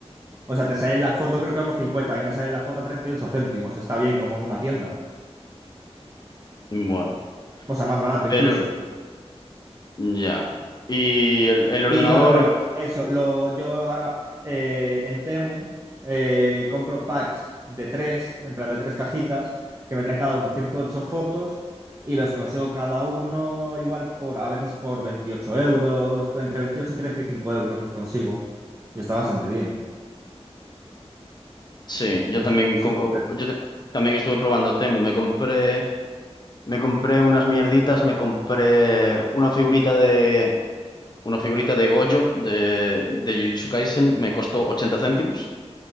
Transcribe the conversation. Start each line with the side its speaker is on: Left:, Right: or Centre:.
Right: O sea, te sale la foto creo que a unos cincuenta a mí me sale la foto a 38 céntimos. Está bien, como en una tienda.
Left: Bueno.
Right: O sea, más barato
Left: pero
Right: incluso.
Left: Ya. Y el, el ordenador,
Right: Y bueno, pero eso, lo, yo ahora eh, en Temu eh, compro packs de tres, en plan de tres cajitas, que me traen cada uno 108 fotos y los consigo cada uno igual por, a veces por 28 euros, entre 28 y 35 euros los consigo. Y está bastante bien.
Left: sí, yo también,
Right: Es, es
Left: co-
Right: un buen precio.
Left: yo ta- también estuve probando Temu. Me compré, me compré unas mierditas, me compré una figurita de, una figurita de Gojo de, de Jujutsu Kaisen, me costó 80 céntimos.